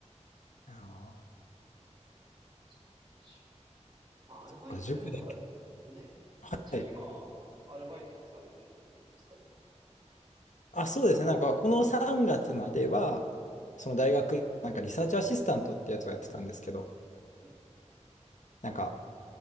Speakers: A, on the left; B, on the right.
A: あ
B: なんかそうですしまあ、アルバイト、
A: あ、塾だけ
B: でもなんか、ね、
A: はい。
B: ちなみに今、アルバイトとかされてるんですか、今は。
A: あ、そうですね。なんかこの3月までは、その大学院、なんかリサーチアシスタントってやつをやってたんですけど、
B: うん。
A: なんか